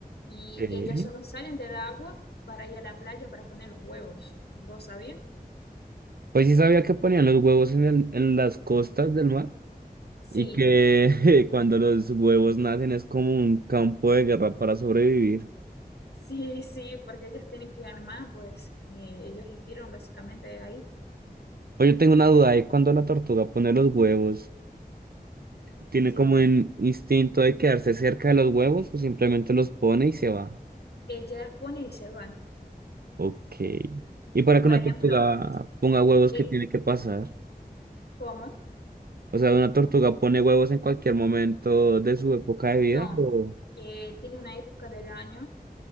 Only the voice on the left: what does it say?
Y
ellas solo salen del agua para ir a la playa para poner los huevos. ¿Vos sabías?
Sí,
sí, sí, porque ellos tienen que armar, pues eh, ellos inspiran básicamente ahí.
Sí,
ellas ponen y se van.
Por
ejemplo,
eh,
¿cómo?
No,
eh, tiene una época del año